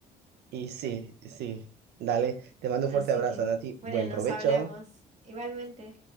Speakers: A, on the right (about 75°); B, on the right (about 40°).
A: Y sí, sí. Dale, te mando un
B: Así
A: fuerte abrazo,
B: que,
A: Nati. Buen
B: bueno, nos
A: provecho.
B: hablamos igualmente.